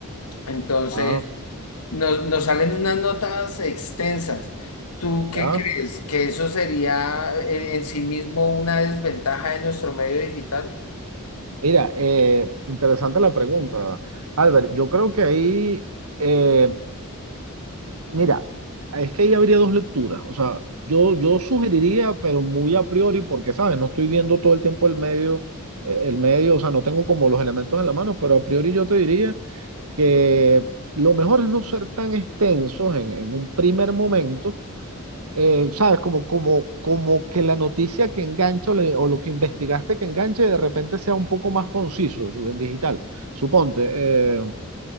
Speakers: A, on the left; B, on the right.
A: Entonces,
B: Ah,
A: nos, nos salen unas notas extensas. ¿Tú qué
B: ya.
A: crees? ¿Que eso sería eh, en sí mismo una desventaja de nuestro medio digital?
B: Mira, eh, interesante la pregunta, Albert. Yo creo que ahí, eh, mira, es que ahí habría dos lecturas. O sea, yo, yo sugeriría, pero muy a priori, porque, ¿sabes? No estoy viendo todo el tiempo el medio, eh, el medio, o sea, no tengo como los elementos en la mano, pero a priori yo te diría que lo mejor es no ser tan extensos en, en un primer momento eh, ¿sabes? Como, como, como que la noticia que engancho o le- o lo que investigaste que enganche de repente sea un poco más conciso su- en digital. Suponte, eh,